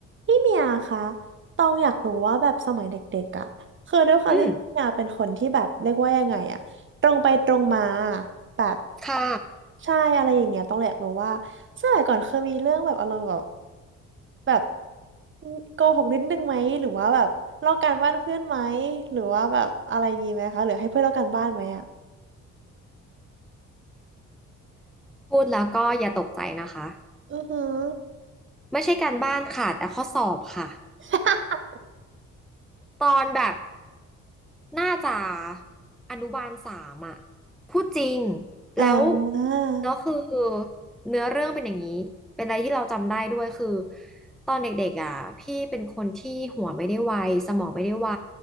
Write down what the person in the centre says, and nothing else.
อืม
ค่ะ
พูดแล้วก็อย่าตกใจนะคะ
ไม่ใช่การบ้านค่ะแต่ข้อสอบค่ะ
ตอนแบบน่าจะอนุบาลสามอ่ะพูดจริง
แล้วแล้วคือเนื้อเรื่องเป็นอย่างนี้เป็นอะไรที่เราจำได้ด้วยคือตอนเด็กๆอ่ะพี่เป็นคนที่หัวไม่ได้ไวสมองไม่ได้ไว